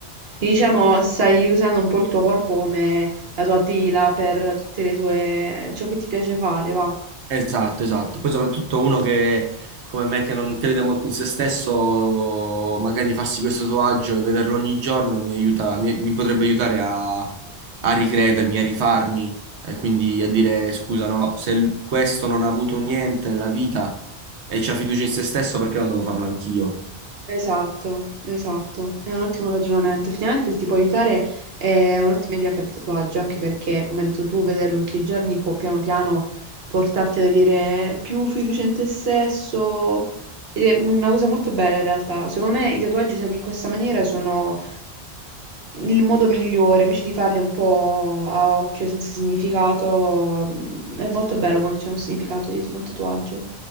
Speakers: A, on the right; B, on the right.
A: Diciamo, stai usando un po' il tuo corpo come la tua tela per tutte le tue... ciò che ti piace fare, va.
B: Esatto, esatto. Poi soprattutto uno che, come me, che non crede molto in se stesso, magari farsi questo tatuaggio e vederlo ogni giorno mi aiuta, mi, mi potrebbe aiutare a, a ricredermi, a rifarmi, e quindi a dire scusa, no, se l- questo non ha avuto niente nella vita e c'ha fiducia in se stesso, perché non devo farlo anch'io?
A: Esatto, esatto, è un ottimo ragionamento. Effettivamente se ti può aiutare è un'ottima idea fare il tatuaggio, anche perché, come hai detto tu, vederlo tutti i giorni può piano piano portarti ad avere più fiducia in te stesso ed è una cosa molto bella in realtà. Secondo me i tatuaggi usati in questa maniera sono il modo migliore, invece di farli un po' a occhio, senza significato. mm, È molto bello quando c'è un significato dietro un tatuaggio.